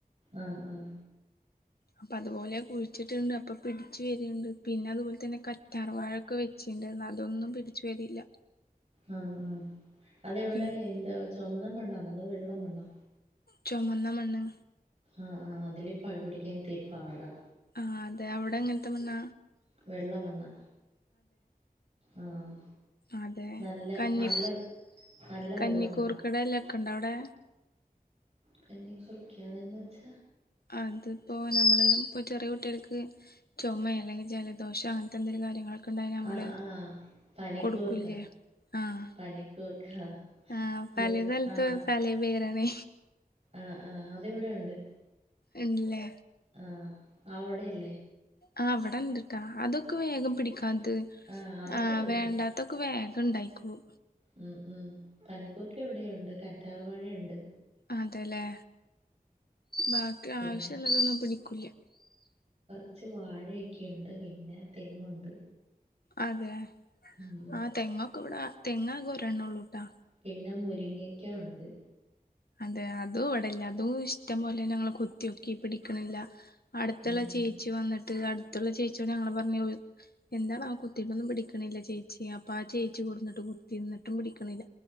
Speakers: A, on the right; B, on the left.
A: ആഹ് ആഹ്
B: അപ്പൊ അതുപോലെ കുഴിച്ചിട്ടുണ്ട്, അപ്പൊ പിടിച്ചച്ച് വരണ്ട്. പിന്നെ, അതുപോലെ തന്നെ കറ്റാർവാഴ ഒക്കെ വെച്ചിട്ടുണ്ടരുന്നു. അതൊന്നും പിടിച്ചു വരില്ല.
A: ആഹ്, ആഹ് അതെവിടെ.
B: പിന്നെ
A: എന്താ ചുമന്ന മണ്ണാണോ അതോ വെള്ള മണ്ണോ.
B: ചുമന്ന മണ്ണ്.
A: ആഹ്, ആഹ് അതില് പഴ പ പിടിക്കാൻ തിരി പാടാ.
B: ആഹ്, അതെ അവിടെ എങ്ങനത്തെ മണ്ണ.
A: വെള്ള മണ്ണ്, ആഹ്
B: അതെ,
A: നല്ല
B: കന്നി
A: നല്ല നല്ല
B: കന്നിക്കൂർക്കേടെ
A: വെള്ള മണ്ണാ
B: ഇല ഒക്കെ ഉണ്ട അവിടെ.
A: കന്നിക്കൂർക്ക അത് എന്ന് വച്ച.
B: അതിപ്പോ നമ്മള് ഇ ചെറിയ കുട്ടി കൾക്ക് ചുമ അെിൽ ജലദോഷ അനത്തെന്തെങ്കില കാര്യങ്ങളൊക്കെ ണ്ട നമ്മള്
A: ആഹ് ആഹ് പനിക്കൂർക്ക
B: കൊടുക്കൂല്ലേ ആഹ്
A: പനിക്കൂർക്ക
B: ആഹ്
A: ഇവിടെ
B: പല സ്ഥലത്ത്
A: ആഹ്
B: പല പേരാണ്
A: ആഹ് ആഹ് അത ഇവിടെ ഉണ്ട്
B: ഇന്ട്ല്ലെ
A: ആഹ് അവിടെ ഇല്ലേ
B: ആഹ് അവിടെ ഇണ്ട്ട്ടാ അതൊക്കെ വേഗം പിടിക്കാത്
A: ആഹ് അതൊക്കെ
B: ആഹ്
A: പിടിക്കും
B: വേണ്ടാ ഇതൊക്കെ വേഗം ഉണ്ടായിക്കൊളൂ
A: മ്മ് മ്മ് പനിക്കൂർക്ക് എവിടെയുണ്ട് കറ്റാർവാഴയുണ്ട്
B: അതെല്ലേ ബാക്കി
A: പിന്നെ
B: ആവശ്യുള്ളതൊന്നും പിടിക്കൂില്ല
A: കുറച്ച് വാഴയൊക്കെയുണ്ട് പിന്നെ തെങ്ങുണ്ട്
B: അതെ
A: ഉം
B: ആഹ് തെങ്ങൊക്കെ ഇവടാ തെങ്ങാകെ ഒരെണ്ണള്ളൂ ട്ടോ
A: പിന്നെ മുരിങ്ങയ്ക്ക ഉണ്ട്
B: അതെ അതും ഇവടല്ല അതും ഇഷ്ടം പോലെ ഞങ്ങള് കുത്തിയൊക്കി പിടിക്കണില്ല അടുത്തുള്ള
A: ഉം
B: ചേച്ചി
A: ഉം
B: വന്നിട്ട് അടുത്തുള്ള ചേച്ചിയോട് ഞങ്ങള് പറഞ്ഞ് എന്താണാവൊ കുത്തിയിട്ടൊന്നും പിടിക്കണില്ല ചേച്ചി അപ്പ ആ ചേച്ചി കൊടുന്നിട്ട് കുത്തി ഇന്നട്ടും പിടിക്കണില്ല